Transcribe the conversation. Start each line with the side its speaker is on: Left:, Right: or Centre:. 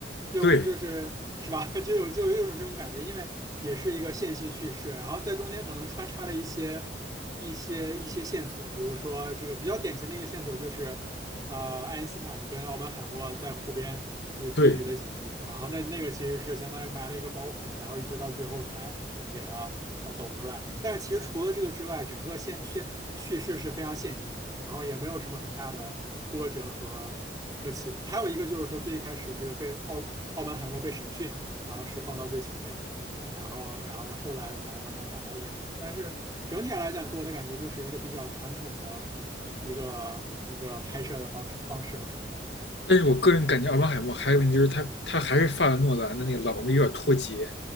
Right: 就就是是吧？
Left: 对
Right: <laughs> 就有就有一种这种感觉，因为也是一个线性叙事，然后在中间可能穿插了一些一些一些线索，比如说这个比较典型的一个线索就是。呃，爱因斯坦跟奥本海默在湖边就低语了几句，
Left: 对，
Right: 然后那那个其实是相当于埋了一个包袱，然后一直到最后才给他呃抖出来。但是其实除了这个之外，整个线线叙事是非常线性的，然后也没有什么很大的波折和和起伏。还有一个就是说，最一开始这个被奥奥本海默被审讯，然后是放到最前面。啊，然后，然后后来才慢慢把它演出来。但是整体上来讲，给我的感觉就是一个比较传统的。一个一个拍摄的方式方式和手法。
Left: 但是我个人感觉奥本海默还有问题就是他他还是犯了诺兰的那个老毛病，有点脱节。